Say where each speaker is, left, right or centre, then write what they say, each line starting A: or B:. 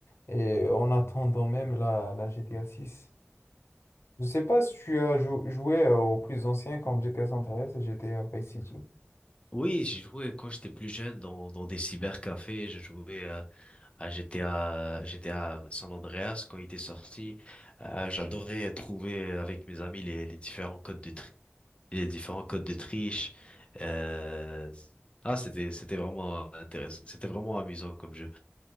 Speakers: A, on the left; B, on the left.
A: et en attendant même la, la GTA 6. Je sais pas si tu as jou- joué euh, aux plus anciens comme GTA San Andreas et GTA Vice City.
B: Oui, j'ai joué quand j'étais plus jeune dans, dans des cybercafés. J'ai joué euh, à GTA, GTA San Andreas quand il était sorti. Euh, j'adorais trouver avec mes amis les, les différents codes de tri- les différents codes de triche. Euh, Ah, c'était c'était vraiment intéressant. C'était vraiment amusant comme jeu.